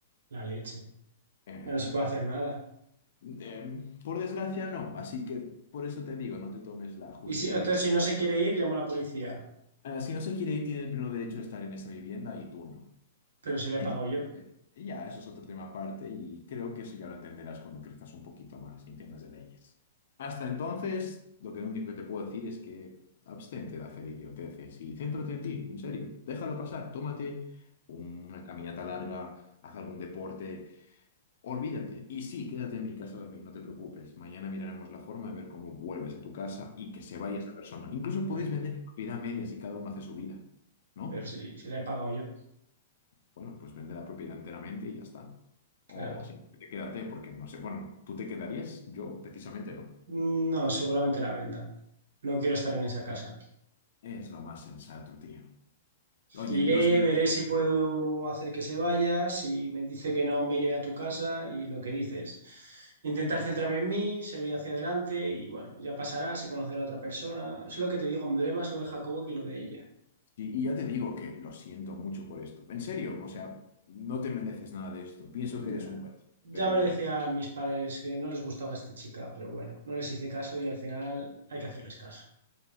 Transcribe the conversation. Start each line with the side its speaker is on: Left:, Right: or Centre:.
Right: La leche.
Left: Eh,
Right: Ya no se puede hacer nada.
Left: eh, por desgracia no, así que por eso te digo, no te tomes la justicia
Right: Y si, entonces,
Left: por...
Right: si no se quiere ir, llamo a la policía.
Left: Eh, si no se quiere ir, tiene el pleno derecho de estar en esa vivienda y tú no.
Right: Pero si le
Left: Entonces,
Right: he pagado yo.
Left: y ya, eso es otro tema aparte y creo que eso ya lo entenderás cuando crezcas un poquito más y entiendas de leyes. Hasta entonces, lo que lo único que te puedo decir es que abstente de hacer idioteces y céntrate en ti, en serio. Déjalo pasar, tómate una caminata larga, haz algún deporte, olvídate. Y sí, quédate en mi casa a dormir, no te preocupes. Mañana miraremos la forma de ver cómo vuelves a tu casa y que se vaya esa persona. Incluso
Right: Bueno,
Left: podéis vender la propiedad a medias y cada uno hace su vida, ¿no?
Right: pero si, si le he pagado yo,
Left: Bueno, pues vende la propiedad enteramente y ya está.
Right: claro.
Left: O Mm. quédate, porque no sé. Bueno, ¿tú te quedarías? Yo precisamente no.
Right: Mm, No, seguramente la venda. No quiero estar en esa casa.
Left: Es lo más sensato, tío. Oye,
Right: Iré,
Left: lo siento.
Right: veré si puedo hacer que se vaya, si me dice que no, me iré a tu casa y lo que dices. Intentar centrarme en mí, seguir hacia adelante y bueno, ya pasará, se conocerá a otra persona. Es lo que te digo, me duele más lo de Jacobo que lo de ella.
Left: Y y ya te digo que lo siento mucho por esto. En serio, o sea, no te mereces nada de esto. Pienso que eres
Right: Nah,
Left: un buen tío.
Right: Ya
Left: Pero
Right: me lo decía a mis padres que no les gustaba esta chica, pero bueno, no les hice caso y al final hay que hacerles caso.